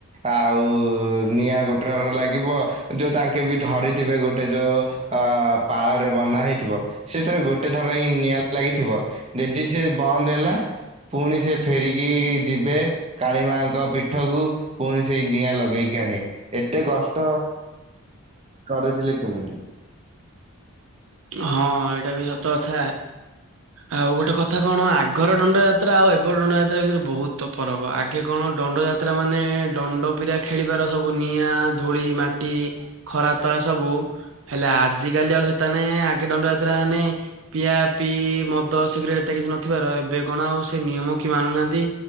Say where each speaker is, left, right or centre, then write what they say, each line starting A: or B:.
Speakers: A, on the right; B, on the right.
A: ଆଉ ନିଆଁ ଗୋଟେର ଲାଗିବ ଯୋଉ ତାଙ୍କେ ବି ଧରିଥିବେ ଗୋଟେ ଯୋଉ ଆ ପାଳରେ ବନା ହେଇଥିବ ସେଥିରେ ଗୋଟେ ଥର ହିଁ ନିଆଁ ଲାଗିଥିବ। ଯେଦି ସିଏ ବନ୍ଦ ହେଲା ପୁଣି ସେ ଫେରିକି ଯିବେ। କାଳିମାଙ୍କ ପୀଠକୁ ପୁଣି ସେଇ ନିଆଁ ଲଗେଇକି ଆଣିବେ ଏତେ କଷ୍ଟ। କରୁଥିଲେ କେମିତି?
B: ହଁ ଏଇଟା ବି ସତ କଥା। ଆଉ ଗୋଟେ କଥା କଣ ଆଗର ଦଣ୍ଡ ଯାତ୍ରା ଆଉ ଏବେର ଦଣ୍ଡ ଯାତ୍ରା ଭିତରେ ବହୁତ ତ ଫରକ ଆଗେ କଣ ଦଣ୍ଡଯାତ୍ରା ମାନେ ଦଣ୍ଡପିରା ଖେଳିବାର ସବୁ ନିଆଁ ଧୂଳି ମାଟି ଖରା ତରା ସବୁ ହେଲେ ଆଜିିକାଲି ଆଉ ସେଟା ନାଇଁ ଆଗେ ଦଣ୍ଡ ଯାତ୍ରା ହେନେ ପିଆ ପିଇ ମଦ ସିଗରେଟ ଏତେ କିଛି ନଥିବାର ଏବେ କଣ ଆଉ ସେ ନିୟମ କି ମାନୁନାହାନ୍ତି?